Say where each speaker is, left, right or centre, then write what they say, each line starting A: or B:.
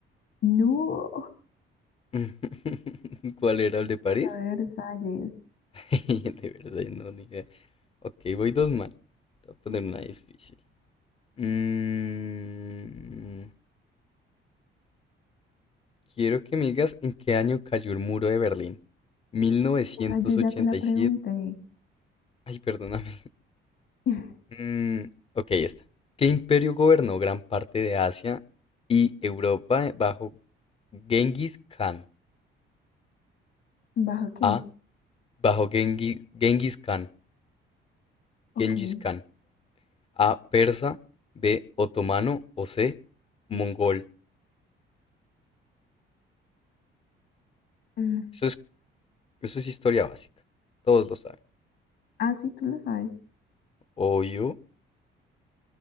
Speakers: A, on the left; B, on the left.
A: No,
B: <laughs> ¿Cuál era el de París?
A: Tratado de Versalles.
B: <laughs> De verdad, no, ni idea. Ok, voy dos mal. Te voy a poner una difícil. Mm, quiero que me digas en qué año cayó el muro de Berlín. 1987.
A: Esa yo ya te la pregunté.
B: Ay, perdóname.
A: <laughs>
B: Mm, ok, ya está. ¿Qué imperio gobernó gran parte de Asia y Europa bajo Genghis Khan?
A: ¿Bajo qué?
B: A. Bajo Genghis, Genghis Khan.
A: Ok.
B: Genghis Khan. A. Persa. B. Otomano. O C. Mongol.
A: Mm,
B: Eso es, eso es historia básica. Todos lo saben.
A: Ah, sí, tú lo sabes.
B: Obvio.